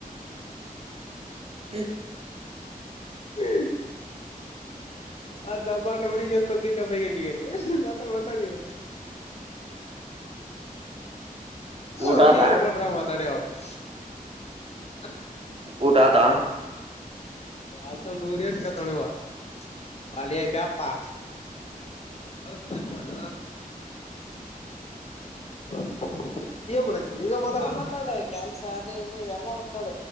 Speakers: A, on the right; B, on the left.
A: ಹ <inaudible>
B: ಹ್ಮ್ <inaudible> ಅದ್ ನ ಬಾ <unintelligible> ಣ ಹುಡುಗಿ ಎಂತ ಬಕ್ಕಂದ ಎಲ್ಲಿಗಲ್ಲಿ ಮಾತ ನ ಎಲ್ಲ
A: ಊಟ
B: ಹಡಿಯರ
A: ಆತ
B: ಪಡ್ರಾಮ ತಡ ಹಪ್ಪು <unintelligible>
A: ಊಟಾ ಆತ
B: ಆ ನೂರ್ ಎಟ ಕತಳುವ <unintelligible> ಅಾಲಿಯ ಬ್ಯಾಪ್ಪಾ <unintelligible> ಬಾಳ ಮಾಡ <unintelligible> ಈ ಮಾತಾಡ ಕೆಲ್ಸ ಅದ ಇದು ಎಲ್ಲ ಮಾತಾಡ